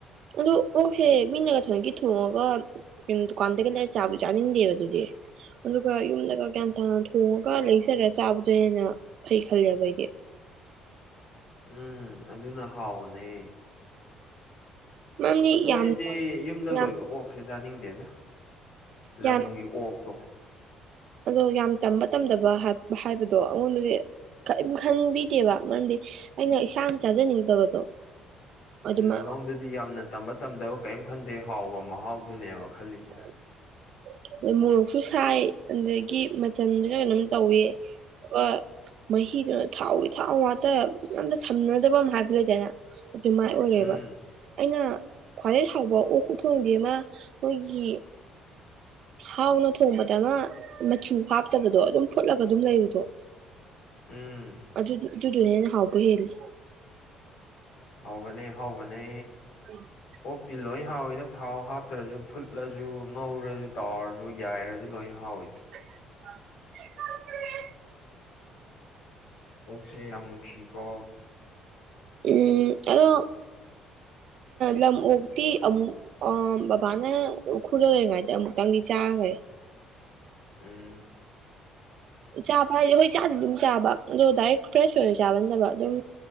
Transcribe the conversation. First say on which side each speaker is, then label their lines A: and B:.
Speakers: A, on the right (about 60°); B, on the left (about 80°).
A: ꯑꯗ ꯑꯣꯛꯁꯦ ꯃꯤꯅꯒ ꯊꯣꯏꯒꯤ ꯊꯣꯡꯉꯒ ꯀ ꯗꯨꯀꯥꯟꯗꯒꯤꯩ ꯂꯩꯥꯏꯔ ꯆꯥꯕꯁꯨ ꯆꯥꯅꯤꯡꯗꯦꯕ ꯑꯗꯨꯗꯤ ꯑꯗꯨꯒ ꯌꯨꯝꯗꯒ ꯒ꯭ꯌꯥꯟ ꯇꯥꯅ ꯊꯣꯡꯉꯒ ꯂꯩꯖꯔꯒ ꯆꯥꯕꯗꯣ ꯍꯦꯟꯅ ꯐꯩ ꯈꯜꯂꯦꯕ ꯑꯩꯗꯤ
B: ꯎꯝ ꯑꯗꯨꯅ ꯍꯥꯎꯅꯦ
A: ꯃꯔꯝꯗꯤ
B: ꯑꯗꯨ
A: ꯌꯥꯝ
B: ꯑꯩꯗꯤ ꯌꯨꯝꯗ
A: ꯌꯥꯝ
B: ꯂꯣꯏꯕ ꯑꯣꯛꯁꯦ ꯆꯥꯅꯤꯡꯗꯦꯗ ꯂꯝꯒꯤ
A: ꯌꯥꯝ
B: ꯑꯣꯛꯇꯣ
A: ꯑꯗꯣ ꯌꯥꯝ ꯇꯝꯕ ꯇꯝꯗꯕ ꯍꯥꯏꯕꯗꯣ ꯑꯩꯉꯣꯟꯗꯗꯤ ꯀꯔꯤꯝ ꯈꯟꯕꯤꯗꯦꯕ ꯃꯔꯝꯗꯤ ꯑꯩꯅ ꯏꯁꯥ ꯆꯥꯖꯅꯤꯡꯗꯕꯗꯣ ꯑꯗꯨꯃ
B: ꯎꯝ ꯅꯉꯣꯡꯗꯗꯤ ꯌꯥꯝꯅ ꯇꯝꯕ ꯇꯝꯗꯕ ꯀꯔꯤꯝ ꯈꯟꯗꯦ ꯍꯥꯎꯕ ꯃꯍꯥꯎꯗꯨꯅꯦꯕ ꯈꯜꯂꯤꯁꯦ
A: <inaudible> ꯃꯣꯔꯣꯛꯁꯨ ꯁꯥꯏ ꯑꯗꯒꯤ ꯃꯆꯟꯗꯨꯁꯨ ꯀꯩꯅꯣꯝ ꯇꯧꯏ ꯑꯗꯨꯒ ꯃꯍꯤꯗꯨꯣ ꯊꯥꯎꯋ ꯊꯥꯎ ꯋꯥꯇ ꯌꯥꯝꯅ ꯁꯝꯅꯗꯕ ꯑꯃ ꯍꯥꯏꯕ ꯂꯩꯗꯅ ꯑꯗꯨꯃꯥꯏ ꯑꯣꯏꯔꯦꯕ
B: ꯎꯝ
A: ꯑꯩꯅ ꯈ꯭ꯋꯥꯏꯗꯩ ꯍꯕ ꯎ ꯎꯊꯣꯡꯗꯤ ꯑꯃ ꯃꯣꯏꯒꯤ ꯍꯥꯎꯅ ꯊꯣꯡꯕꯗ ꯑꯃ ꯃꯆꯨ ꯍꯥꯞꯇꯕꯗꯣ ꯑꯗꯨꯝ ꯐꯨꯠꯂꯒ ꯑꯗꯨꯝ ꯂꯩꯕꯗꯣ
B: ꯎꯝ
A: ꯑꯗꯨ ꯑꯗꯨꯗꯨꯅꯅ ꯍꯥꯎꯕ ꯍꯜꯂꯤ
B: ꯍꯥꯎꯕꯅꯦ ꯍꯥꯎꯕꯅꯦ
A: <unintelligible>
B: ꯑꯣꯛꯇꯤ ꯂꯣꯏ ꯍꯥꯎꯋꯤꯗ ꯊꯥꯎ ꯍꯥꯞꯇ꯭ꯔꯁꯨ ꯐꯨꯠꯂꯁꯨ ꯉꯧꯔꯁꯨ ꯇꯥꯎꯔ ꯑꯗꯨ ꯌꯥꯏꯔꯁꯨ ꯂꯣꯏ ꯍꯥꯎꯋꯤꯗ
A: ꯑ
B: ꯑꯣꯛꯁꯦ ꯌꯥꯝ ꯅꯨꯡꯁꯤꯀꯣ
A: ꯎꯝ ꯑꯗꯣ ꯂꯝ ꯑꯣꯛꯇꯤ ꯑꯃꯨꯛ ꯑ ꯕꯕꯥꯅ ꯎꯈꯔꯗ ꯂꯩꯔꯤꯉꯥꯏꯗ ꯑꯃꯨꯛꯇꯪꯗꯤ ꯆꯥꯈꯔꯦ
B: ꯎꯝ
A: ꯆꯥ ꯐꯥꯁꯦ ꯍꯣꯏ ꯆꯥꯗ ꯑꯗꯨꯝ ꯆꯥꯕ ꯑꯗꯣ ꯗꯥꯏꯔꯦꯛ ꯐ꯭ꯔꯦꯁ ꯑꯣꯏꯅ ꯆꯥꯃꯟꯗꯕ ꯑꯗꯨꯝ